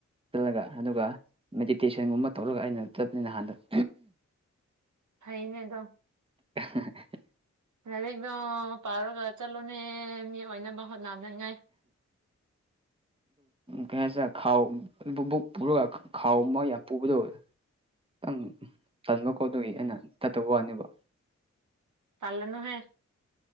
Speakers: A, on the right; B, on the right.
A: ꯆꯜꯂꯒ ꯑꯗꯨꯒ ꯃꯦꯗꯤꯇꯦꯁꯟꯒꯨꯝꯕ ꯇꯧꯔꯒ ꯑꯩꯅ ꯆꯠꯄꯅꯤ ꯅꯍꯥꯟꯗ
B: ꯐꯥꯏꯅꯦꯗ
A: <unintelligible>
B: ꯂꯥꯏꯔꯤꯗꯣ ꯄꯥꯔꯒ ꯆꯠꯂꯣꯅꯦ ꯃꯤ ꯑꯣꯏꯅꯕ ꯍꯣꯠꯅꯅꯤꯡꯉꯥꯏ
A: ꯀ ꯈꯦꯁꯥꯛ ꯈꯥꯎ ꯕꯨꯛ ꯄꯨꯔꯒ ꯈꯥꯎ ꯑꯃ ꯌꯥꯝ ꯄꯨꯕꯗꯧꯕ ꯈꯤꯇꯪ ꯇꯟꯕꯀꯣꯠꯇꯒꯤ ꯑꯩꯅ ꯇꯠꯇꯕ ꯋꯥꯅꯦꯕ
B: ꯆꯜꯂꯅꯨꯍꯦ